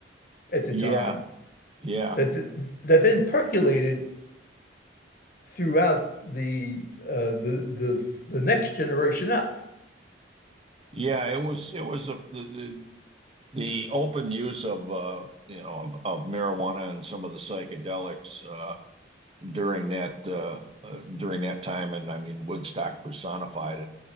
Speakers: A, on the left (about 45°); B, on the right (about 30°).
A: at the
B: Yeah,
A: time,
B: yeah,
A: that that then percolated throughout the uh, the, the the next generation up.
B: yeah. It was it was a, the, the the open use of uh, you know of, of marijuana and some of the psychedelics uh, during that uh, uh, during that time, and I mean Woodstock personified it.